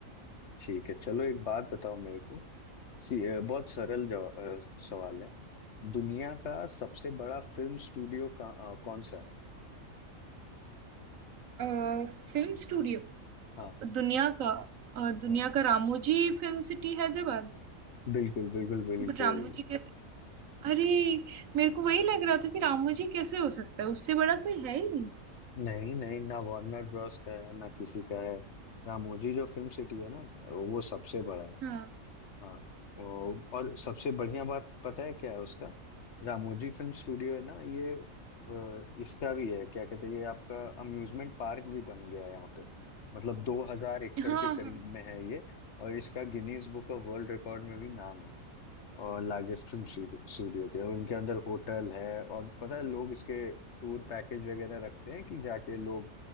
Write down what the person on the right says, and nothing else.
आ, Film studio
दुनिया का अ, दुनिया
का Ramoji film city Hyderabad
But Ramoji कैसे अरे मेरे को वही लग रहा था कि रामोजी कैसे हो सकता है उससे बड़ा कोई है ही नहीं
हाँ
हाँ